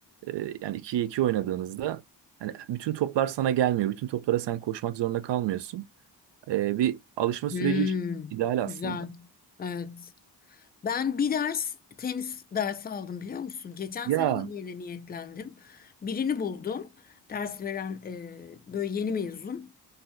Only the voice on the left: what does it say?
Hmm,
güzel. Evet. Ben bir ders tenis dersi aldım biliyor musun? Geçen
sene de böyle niyetlendim. Birini buldum. Ders veren e, böyle yeni mezun.